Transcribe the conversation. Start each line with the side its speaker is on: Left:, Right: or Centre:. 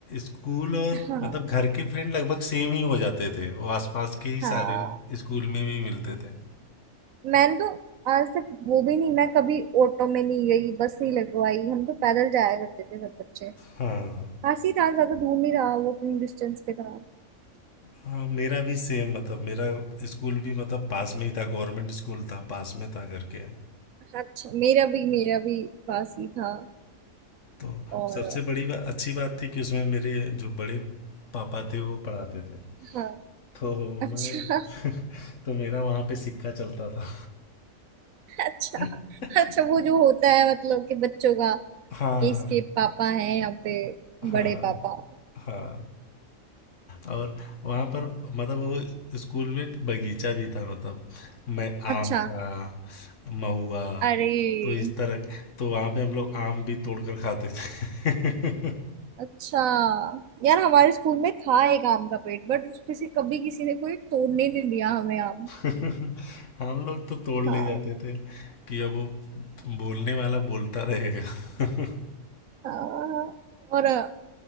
Left: स्कूल और
Right: हाँ
Left: मतलब घर के फ्रेंड लगभग सेम ही हो जाते थे वो आसपास के ही
Right: हाँ
Left: सारे स्कूल में भी मिलते थे
Right: मैंने तो आज तक वो भी नहीं मैं कभी ऑटो में नहीं गई बस नहीं लगवाई हम तो पैदल जाया करते थे सब बच्चे
Left: हाँ
Right: पास ही था ज्यादा दूर नहीं था वॉकिंग डिस्टेंस पे था
Left: हाँ मेरा भी सेम मतलब मेरा स्कूल भी मतलब पास में ही था गवर्नमेंट स्कूल था पास में था घर के
Right: अच्छा मेरा भी मेरा भी पास ही था
Left: तो
Right: और
Left: सबसे बड़ी बा, अच्छी बात थी कि उसमें मेरे जो बड़े पापा थे वो पढ़ाते थे
Right: हाँ
Left: तो
Right: अच्छा
Left: मैं <laughs> तो मेरा वहाँ पे सिक्का चलता था
Right: अच्छा
Left: <laughs>
Right: अच्छा वो जो होता है मतलब कि बच्चों का कि
Left: हाँ
Right: इसके पापा हैं यहाँ पे
Left: हाँ
Right: बड़े पापा
Left: हाँ और वहाँ पर मतलब वो स्कूल में बगीचा भी था मतलब मैं आम
Right: अच्छा
Left: का महुआ
Right: अरे
Left: तो इस तरह तो वहाँ पे हम लोग आम भी तोड़ कर खाते थे
Right: अच्छा यार हमारे स्कूल में था एक आम का पेड़ बट उसमें से कभी किसी ने कोई तोड़ने नहीं दिया हमें आम
Left: <laughs> हम लोग तो तोड़ ले
Right: हाँ
Left: जाते थे कि अब वो बोलने वाला बोलता रहेगा <laughs>
Right: हाँ और अ,